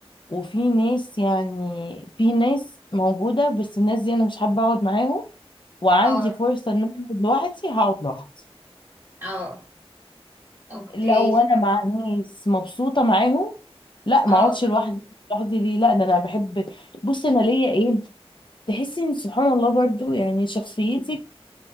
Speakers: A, on the left; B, on the right.
A: وفي ناس يعني في ناس موجوده بس الناس دي انا مش حابه اقعد معاهم وعندي
B: اه
A: فرصة ان انا اقعد لوحدي هقعد لوحدي
B: اه اوكي
A: لو انا مع ناس مبسوطة معاهم لا
B: اه
A: ما اقعدش لوحدي لوحدي ليه لا ده انا بحب بص انا ليا ايه تحسي ان سبحان الله برضو يعني شخصيتك